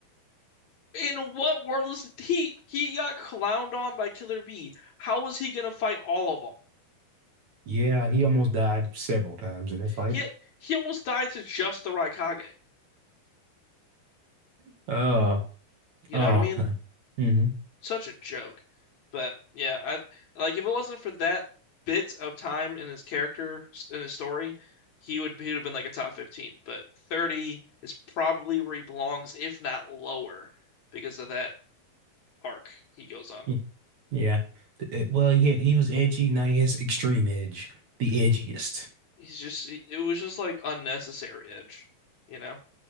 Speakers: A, on the left; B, on the right.
A: In what world is he? He got clowned on by Killer B. How was he gonna fight all of them?
B: <laughs> Yeah, he almost died several times in that fight.
A: He he almost died to just the Raikage.
B: Oh,
A: You
B: oh.
A: know what I mean?
B: <laughs> hmm
A: Such a joke. But yeah, I like if it wasn't for that bit of time in his character in his story, he would he would have been like a top 15, but 30 is probably where he belongs, if not lower, because of that arc he goes on.
B: Y- Yeah. Th- uh, Well, yeah, he was edgy. Now he has extreme edge. The edgiest.
A: He's just it was just like unnecessary edge, you know?